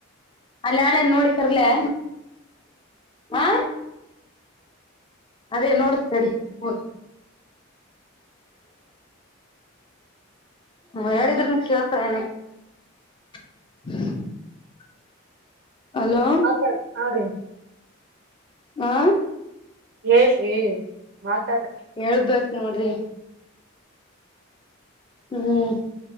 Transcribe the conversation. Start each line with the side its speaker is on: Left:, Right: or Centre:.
Left: ಅಲ್ಲಿ ಯಾಳೆ ನೋಡಿ ಕರ್ಲೆ ಹಾ ಅದೇ ನೋಡ ತಡಿ ಹೋಗಿ ಹ್ಮ ಹೇಳಿದ್ರನು ಕೇಳ್ತಾ ಏನಾ <unintelligible> ಹಲೋ
Right: ಮಾತಾಡ್ ಹಾ ರೀ
Left: ಆ
Right: ಹೇಳ್ರಿ ಮತ್ತ
Left: ಹೇಳ ಬೇಕು ನೋಡ್ರಿ ಹ್ಮ್